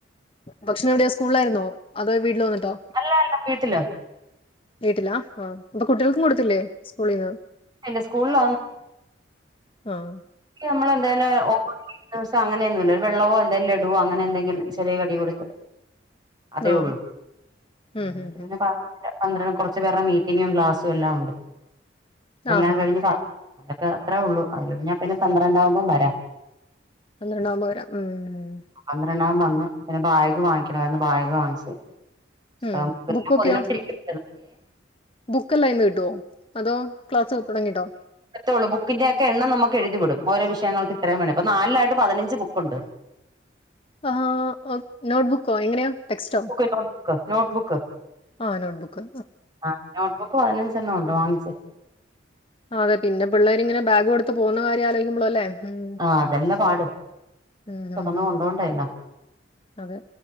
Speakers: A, on the left (about 30°); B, on the right (about 20°).
A: ഭക്ഷണം എവിടേ സ്കൂള്ല് ആയിരുന്നോ അതോ വീട്ടിൽ വന്നിട്ടോ
B: അല്ല അല്ല വീട്ടിലാ
A: വീട്ടിലാ ആഹ് അപ്പൊ കുട്ടികൾക്കും കൊടുത്തില്ലേ സ്കൂളീന്ന്
B: ഇല്ല സ്കൂളിൽ
A: ആഹ്
B: ക്ക് നമ്മളെന്തായാലും ഓ ദിവസം അങ്ങനൊന്നുംല്ല ഒരു വെള്ളവോ എന്തേലും ലഡുവോ അങ്ങനെ എന്തെങ്കിലും ചെറിയ കടി കൊടുത്ത് അതേ
A: ആ
B: ഉള്ളൂ ആ
A: ഉം
B: എന്നിട്ട്
A: ഉം
B: പിന്നെ
A: ഉം
B: പാ പന്ത്രണ്ടര കുറച്ച് പേരുടെ മീറ്റിങ്ങും ക്ലാസ്സും എല്ലാം ഉണ്ട് അതെല്ലാം
A: ആഹാ
B: കഴിഞ്ഞ്. പാ അതൊക്കെ അത്രേ ഉള്ളൂ അത് കഴിഞാ പിന്നെ പന്ത്രണ്ടാവുമ്പം വരാം.
A: പന്ത്രണ്ടാവുമ്പം വരാ ഉം
B: പന്ത്രണ്ടാകുമ്പം വന്ന് പിന്നെ ബാഗ് വാങ്ങിക്കണായിരുന്നു പിന്നെ ബാഗ് വാങ്ങിച്ച്
A: ഉം.
B: ആൻ
A: ബുക്കൊക്കെയോ
B: പൊതിനോട്ടിരിക്ക
A: ബുക്കെല്ലാം ഇന്ന് കിട്ടുവോ അതോ ക്ലാസ് തുടങ്ങിട്ടോ?
B: ഇടുത്തുള്ളു ബുക്കിന്റെ ഒക്കെ എണ്ണം നമുക്ക് എഴുതി വിടും ഓരോ വിഷയൾക്ക് ഇത്രയും വേണം അപ്പോ നാലായിട്ട് പതിനഞ്ച് ബുക്ക്ണ്ട്.
A: ആ നോട്ട്ബുക്കോ എങ്ങനെയോ ടെക്സ്റ്റോ
B: ബുക്ക് നോട്ട്ബുക്ക്
A: ആ നോട്ട് ബുക്ക്
B: ആ നോട്ട്ബുക്ക് പതിനഞ്ച്എണ്ണം ഉണ്ട് വാങ്ങിച്ചത്.
A: അതെ പിന്നെ പിള്ളേരിങ്ങനെ ബാഗ്ടുത്ത് പോക കാര്യം ആലോക്കിമ്പോ അല്ലേ ഉം
B: ആഹ അതെല്ലാം പാട
A: ഉം
B: ചുമന്ന
A: ഉം ഉം
B: കൊണ്ടോണ്ട എല്ലാം
A: അതെ